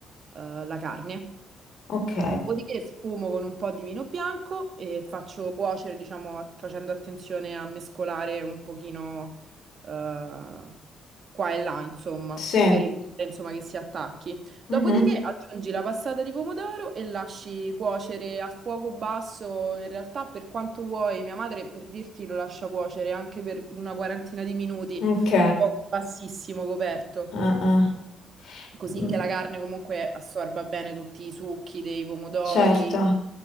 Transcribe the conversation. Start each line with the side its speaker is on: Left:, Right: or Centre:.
Right: eh, la carne.
Left: Ok.
Right: Dopodiché sfumo con un po' di vino bianco e faccio cuocere, diciamo, a- facendo attenzione a mescolare un pochino eh, qua e là, insomma,
Left: Sì.
Right: per evitare, insomma, che si attacchi. Dopodiché
Left: Mhm.
Right: aggiungi la passata di pomodoro e lasci cuocere a fuoco basso, in realtà per quanto vuoi, mia madre per dirti lo lascia cuocere anche per una quarantina di minuti,
Left: Ok.
Right: a fuoco bassissimo coperto
Left: Ah,
Right: così
Left: ah.
Right: che la carne comunque assorba bene tutti i succhi dei pomodori.
Left: Certo,